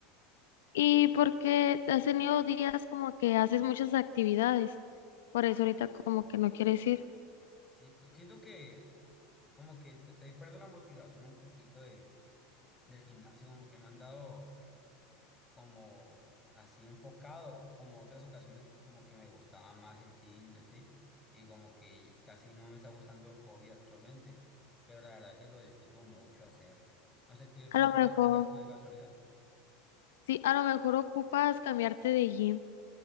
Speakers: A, on the left; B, on the left.
A: ¿Y por qué has tenido días como que haces muchas actividades? Por eso ahorita como que no quieres ir.
B: Sí, siento que como que te, te perdiendo la motivación un poquito de del gimnasio, como que no han dado como así enfocado, como otras ocasiones que como que me gustaba más el gym y así, y como que casi no me está gustando el hobby actualmente, pero la verdad que lo disfruto mucho hacerlo. No sé qué- cuál
A: A lo
B: hobby
A: mejor,
B: tengas tú de casualidad.
A: sí, a lo mejor ocupas cambiarte de gym.